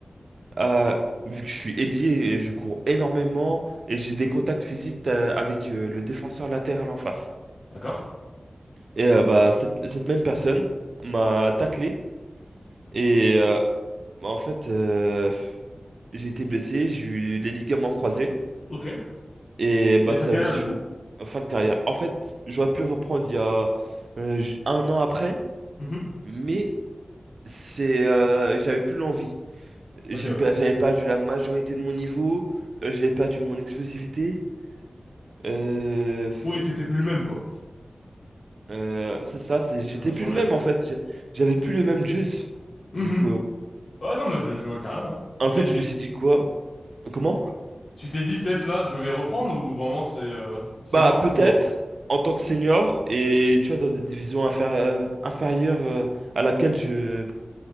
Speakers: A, on the right; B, on the left.
A: euh, vu que je suis ailier, et je cours énormément et j'ai des contacts physiques euh, avec euh, le défenseur latéral en face.
B: D'accord.
A: Et euh, bah cette, cette même personne m'a taclé et euh, bah, en fait euh, j'ai été blessé, j'ai eu les ligaments croisés
B: Ok.
A: et bah
B: Et
A: ça
B: fin de carrière,
A: avait suffi
B: du coup.
A: en fin de carrière. En fait, j'aurais pu reprendre il y a euh, j- un an après,
B: Mhm.
A: mais c'est euh, j'avais plus l'envie. J'ai
B: Ok, ouais.
A: per- j'avais perdu la majorité de mon niveau, euh, j'avais perdu mon explosivité. Euh, f-
B: Oui, c'était plus le même, quoi.
A: euh, c'est ça, c'est- j'étais
B: Ça t'a changé.
A: plus le même en fait. J'a- J'avais plus le même juice.
B: Mhm.
A: Du coup, euh,
B: Ouais, non, mais je, je vois carrément. hein.
A: en fait,
B: Mais tu,
A: je me suis dit quoi? Comment?
B: tu t'es dit, peut-être, là, je vais reprendre ou vraiment, c'est, euh, c'est
A: Bah,
B: mort,
A: peut-être
B: c'est mort.
A: en tant que senior et tu vois, dans des divisions inférie- euh, inférieures euh, à laquelle je.